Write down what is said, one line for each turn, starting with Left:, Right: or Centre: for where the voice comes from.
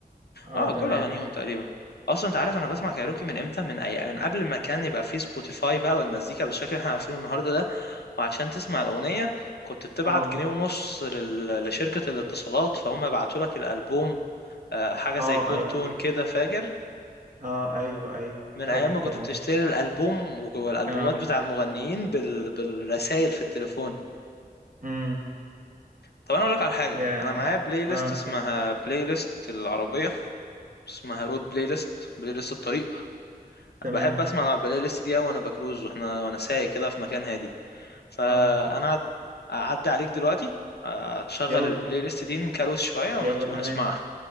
Right: اه
Left: اه
Right: تمام
Left: كل اغانيهم تقريبا اصلا انت عارف انا بسمع كايروكي من امتى من أي... من قبل ما كان يبقى فيه سبوتيفاي بقى والمزيكا بالشكل اللي احنا عارفينه النهارده ده وعشان تسمع الاغنيه كنت بتبعت
Right: اه
Left: جنيه ونص لل... لشركه الاتصالات فهم يبعتوا لك الالبوم آه، حاجه
Right: اه
Left: زي كول
Right: ايوه
Left: تون كده فاكر
Right: اه ايوه ايوه
Left: من
Right: فاكر
Left: ايام ما
Right: طبعا
Left: كنت بتشتري الالبوم و- والالبومات
Right: اه
Left: بتاع المغنيين بال... بالرسايل في التليفون
Right: امم
Left: طب انا اقول لك على حاجه
Right: يا
Left: انا معايا بلاي ليست
Right: اه
Left: اسمها بلاي ليست العربيه اسمها رود بلاي ليست بلاي ليست الطريق
Right: تمام
Left: بحب اسمع على البلاي ليست دي أوي وانا بكروز واحنا وانا سايق كده في مكان هادي فانا
Right: اه
Left: هعد- هعدي عليك دلوقتي اشغل
Right: يلا
Left: البلاي ليست دي نكروز شوية ونت-
Right: يلا تمام
Left: ونسمعها